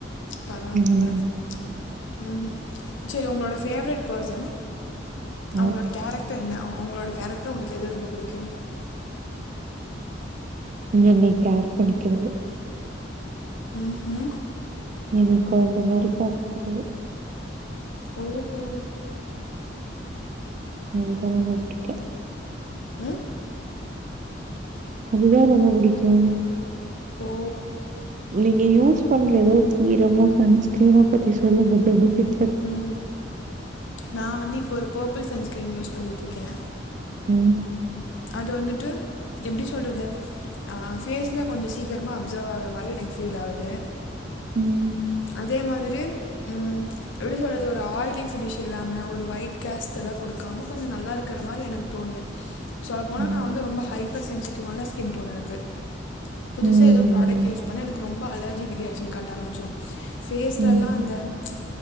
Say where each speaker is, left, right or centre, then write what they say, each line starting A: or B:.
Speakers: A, on the left; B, on the right.
A: பரவால்ல பரவால்ல
B: ம்
A: உம் உம் சரி உங்களோட ஃபேவரிட் போர்சன் அவங்களோட
B: ம்
A: கேரக் <unintelligible> என்ன அவங்களோட கேரக்டர் உங்களுக்கு எது ரொம்ப பிடிக்கு
B: என்னைய கேர் பண்ணிக்கிறது
A: உம் உம்
B: என்னைய கொழந்த மாறி பாத்துக்கிறது
A: ஓ ஓ
B: இதுதா ரொம்ப பிடிக்கு
A: ஆ
B: அதுதா ரொம்ப பிடிக்கு
A: ஓ
B: நீங்க யூஸ் பண்லேயோ சீரமோ சன்ஸ்கீரனோ பத்தி சொல்லுங்க பெனிபிட்
A: உம், நா வந்து இப்ப ஒரு போர்பிள் சன்ஸ்கிரீம் யூஸ் பண்ணிட்டுருக்கே
B: உம்
A: அது வந்துட்டு எப்படி சொல்றது அ ஃபேஸில் கொஞ்சு சீக்கிரமாக அப்சர்வ் ஆகுற மாரி எனக்கு ஃபீல் ஆகுது
B: உம்
A: அதே மாதிரி, ம் எப்படி சொல்றது ஒரு ஆயிலி ஃபினிஷ் இல்லாம ஒரு ஒயிட் கேஸ்த் எல்லா கொடுக்காம கொஞ்சு நல்லா இருக்கிற மாரி எனக்கு தோணுது, சொல்லப்போனா
B: ம்.
A: நா வந்து ரொம்ப ஹைப்பர் சென்சிட்டிவான ஸ்கின் டோண் எனக்கு புதுசா
B: ம்.
A: ஏதோ ப்ராடக்ட் யூஸ் பண்ணா எனக்கு ரொம்ப அலர்ஜிக் ரியாக்க்ஷன் காட்ட ஆரமிச்சிரு ஃபேஸ்லல்லா
B: ம்.
A: அந்த ப்ச்